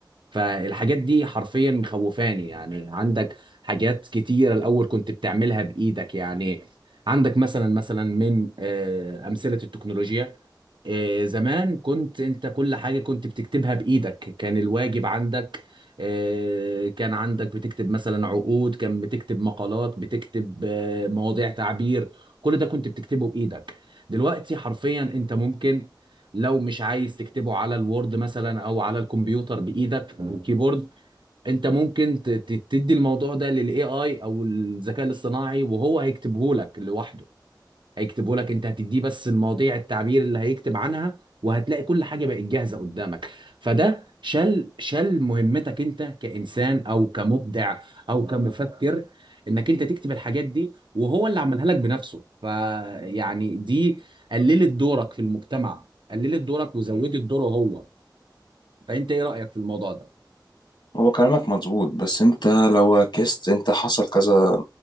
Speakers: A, on the right (about 85°); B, on the left (about 70°).
A: فالحاجات دي حرفيا مخوفاني يعني عندك حاجات كتيرة الأول كنت بتعملها بإيدك يعني عندك مثلا مثلا من آه، أمثلة التكنولوجيا آه، زمان كنت أنت كل حاجة كنت بتكتبها بإيدك كان الواجب عندك آه، كان عندك بتكتب مثلا عقود كان بتكتب مقالات بتكتب آه، مواضيع تعبير كل ده كنت بتكتبه بإيدك دلوقتي حرفيا أنت ممكن لو مش عايز تكتبه على الوورد مثلا او على الكمبيوتر بايدك او الكيبورد انت ممكن ت- ت- تدي الموضوع ده للاي اي او الذكاء الاصطناعي وهو هيكتبه لك لوحده هيكتبه لك انت هتديه بس المواضيع التعبير اللي هيكتب عنها وهتلاقي كل حاجه بقت جاهزه قدامك فده شال شال مهمتك انت كانسان او كمبدع او كمفكر انك انت تكتب الحاجات دي وهو اللي عملها لك بنفسه فيعني دي قللت دورك في المجتمع قللت دورك وزودت دوره هو فانت ايه رايك في الموضوع ده
B: هو كلامك مظبوط بس انت لو ركزت انت حصل كذا